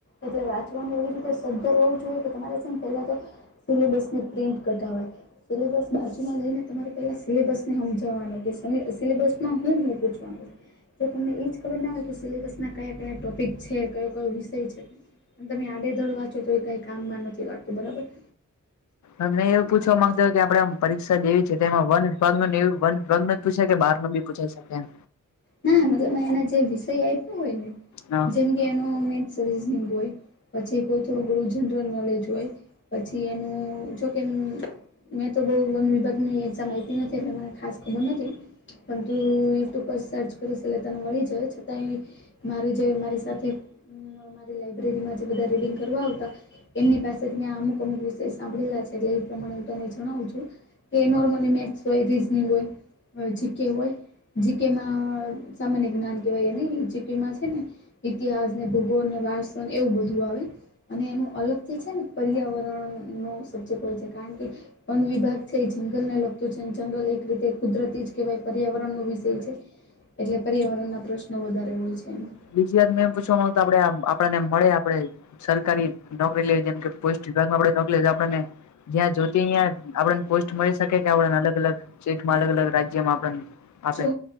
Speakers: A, on the left; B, on the left.
A: એટલે વાંચવાનું એવી રીતે સદ્ધર હોવું જોઈએ કે તમારે છે પહેલા તો સિલેબસ ની પ્રિન્ટ કઢાવાની સિલેબસ બાજુમાં લઈને તમારે પહેલાં સિલેબસને સમજાવવાનું કે સિલેબસમાં હું હું પૂછવાનું તો તમને એ જ ખબર ના હોય કે સિલેબસના કયા કયા ટૉપિક છે કયો કયો વિષય છે? અને તમે આડેધડ વાંચો તો એ કઈ કામમાં નથી લાગતું બરાબર.
B: હમે એવું પૂછવા માંગતા કે આપડે આમ પરીક્ષા દેવી છે તે એમાં વન વિભાગ ન એ વન વિભાગ ન પૂછાય કે બાર નો બી પૂછાય શકે એમ.
A: ના મતલબ અના જે વિષય આપ્યો હોય ને
B: હા
A: જેમ એનું મેથ રીજનિંગ હોય પછી કોઈ થોડું થોડું જનરલ નોલેજ હોય. પછી એનું જોકે મેં તો બહું વન વીભાગ ની એક્ઝામ આપી નથી એટલે મને ખાસ ખબર નથી. પણ તું યુટ્યુબ પર સર્ચ કરીશ એટલે તને મળી જાય છતાંય મારી જે મારી સાથે મારી લાઈબ્રેરીમાં જે બધા રીડિંગ કરવા આવતા એમની પાસેથીં અમુક અમુક વિષય સાંભળેલા છે એટલે એ પ્રમાણે હું તને જણાવું છું. કે નોર્મલી મેથ્સ હોય રીઝનિંગ હોય જીકે હોય જીકેમાં સામાન્ય જ્ઞાન કહેવાય એ નને એ જીકેમાં છે ને ઇતિહાસ ને ભૂગોળ ને વારસન એવું બધું આવે. અને એનું અલગ થિ છે ને પર્યાવરણનો સબ્જેક્ટ હોય છે કારણ કે વન વિભાગ છે એ જંગલ ને લગતું છે જંગલ એક રીતે કુદરતી જ કહેવાય પર્યાવરણનો વિષય છે. એટલે પર્યાવરણ ના પ્રશ્નો વધારે હોય છે એમાં.
B: બીજી વાત મેં પૂછવા માં આવતા આપડે આપડને મળે આપણે સરકારી નોકરી લેવી જેમ કે પોસ્ટ વિભાગમાં આપડે નોકરી આપને જ્યાં જોતી યા આપડા પોસ્ટ મળી શકે કે આપણને અલગ અલગ સ્ટેટમાં અલગ અલગ રાજ્યમાં આપણને આપે
A: જો